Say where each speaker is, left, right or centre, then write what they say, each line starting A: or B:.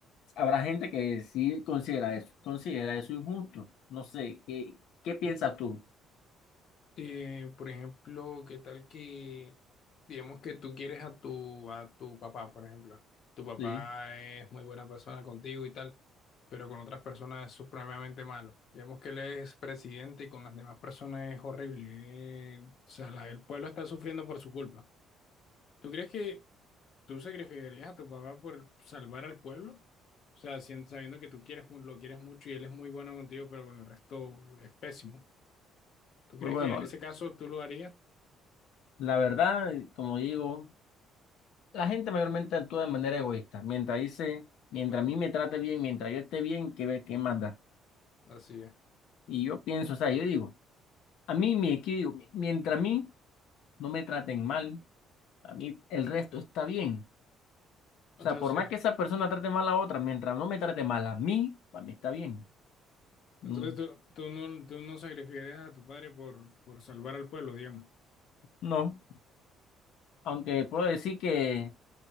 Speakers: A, on the left; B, on the left.
A: habrá gente que sí considera eso, considera eso injusto. No sé, ¿qué, qué piensas
B: Sí.
A: tú?
B: Eh, por ejemplo, ¿qué tal que, digamos que tú quieres a tu, a tu papá, por ejemplo? Tu papá
A: Sí.
B: es muy buena persona contigo y tal, pero con otras personas es supremamente malo. Digamos que él es presidente y con las demás personas es horrible. eh, o sea, la- el pueblo está sufriendo por su culpa. ¿Tú crees que tú sacrificarías a tu papá por salvar al pueblo? O sea, sien- sabiendo que tú quieres, mu- lo quieres mucho y él es muy bueno contigo, pero con el resto es pésimo. ¿Tú
A: Pues
B: crees
A: bueno,
B: que en ese caso tú lo harías?
A: la verdad, como digo, la gente mayormente actúa de manera egoísta. Mientras dice, mientras
B: Claro.
A: a mí me trate bien, mientras yo esté bien, ¿qué, ve- qué más da?
B: Así es.
A: Y yo pienso, o sea, yo digo, a mí me equivoco, mientras a mí no me traten mal, a mí el resto está bien.
B: Entonces,
A: O sea, por más que esa persona trate mal a otra, mientras no me trate mal a mí, para mí está bien. Mm,
B: entonces tú, tú no, tú no sacrificarías a tu padre por, por salvar al pueblo, digamos.
A: No, aunque puedo decir que,